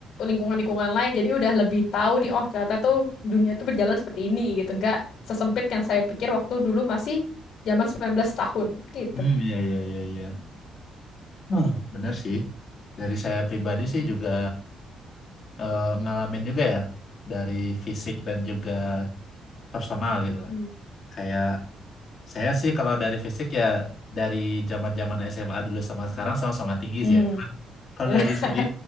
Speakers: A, on the left; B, on the left.
A: lingkungan-lingkungan lain. Jadi udah lebih tahu nih, oh ternyata tuh dunia tuh berjalan seperti ini gitu. Nggak sesempit yang saya pikir waktu dulu masih zaman 19 tahun gitu.
B: Hmm, ya ya iya, iya. Hmm, benar sih. Dari saya pribadi sih
A: Hmm.
B: juga eh, ngalamin juga ya dari fisik dan juga personal gitu lah.
A: Hmm.
B: Kayak saya sih kalau dari fisik ya dari zaman-zaman SMA dulu sama sekarang sama-sama tinggi
A: Hmm.
B: sih ya. Cuman kalau
A: <laughs>
B: dari segi